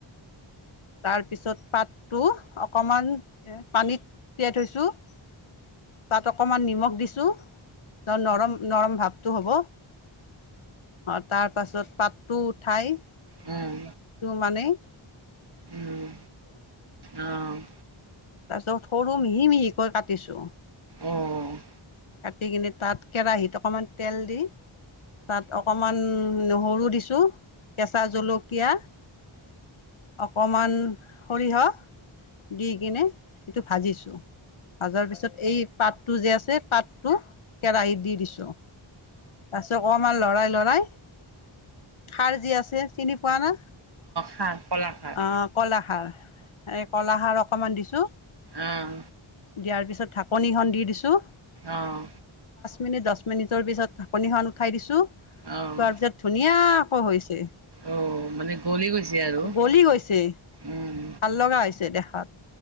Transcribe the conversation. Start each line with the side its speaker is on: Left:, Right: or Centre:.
Left: তাৰ পিছত পাতটো অকণমান পানীত তিয়াই থৈছো। তাত অকমান অকণমান নিমখ দিছোঁ ত, নৰম নৰম ভাৱ টো হ'ব। অ, তাৰ পাছত পাতটো ঠাই
Right: উম।
Left: মানেই
Right: উম। আহ'।
Left: তাৰ পিছত সৰু মিহি মিহিকৈ কাটিছো।
Right: আহ'।
Left: কাটি কিনে তাত কেৰাহীত অকমান তেল দি তাত অকমান নহৰু দিছোঁ কেঁচা জলুক কীয়া অকমান সৰিয় দি কিনে সেটো ভাজিছো ভজাৰ পিছত এই পাতটো যে আছে পাতটো কেৰাহিত দি দিছো তাৰপিছত অকমান লৰাই, লৰাই খাৰ যি আছে চিনি পোৱা না।
Right: খাৰ কলাখাৰ
Left: অ, কলা সাৰ। এই কলাসাৰ অকণমান দিছোঁ
Right: অহ
Left: দিয়াৰ পিছত ঢাকনিখন দি দিছোঁ
Right: অহ
Left: মিনিট দহ মিনিটৰ পিছত ঢাকনিখন উঠাই দিছোঁ তোৱাৰ
Right: অ',
Left: পিছত ধুনীয়াকৈ হৈছে
Right: অ', মানে গলি গৈছে আৰু
Left: গলি গৈছে
Right: উম,
Left: ভাল লগা হৈছে দেখাত